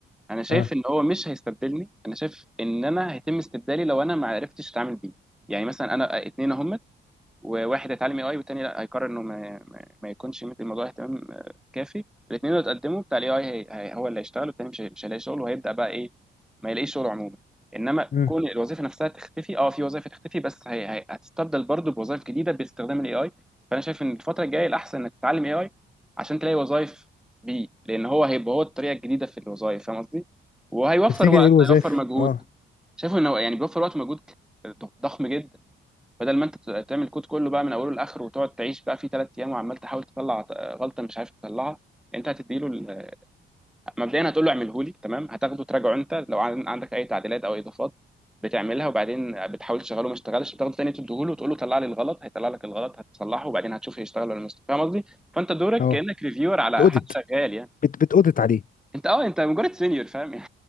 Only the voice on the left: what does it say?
اه
مم.
تفتكر
ايه الوظائف
اه
اه
بتأودت
بت بتأودت عليه